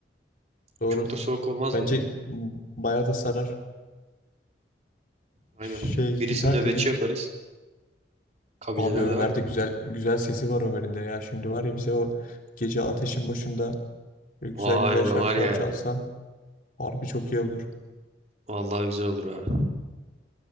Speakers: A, on the left; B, on the right.
A: Doğru.
B: Çok da soğuk olmaz
A: Bence
B: bence.
A: m, bayağı da sarar.
B: Aynen.
A: Şey
B: Birisini
A: gitar
B: nöbetçi
A: dedik.
B: yaparız. Kabilelerde
A: Abi Ömer
B: var ya.
A: de güzel güzel sesi var Ömer'in de ya. Şimdi var ya bize o gece ateşin başında Böyle
B: Vay
A: güzel güzel
B: ne
A: şarkılar
B: var ya.
A: çalsa harbi çok iyi olur.
B: Vallahi güzel olur ha.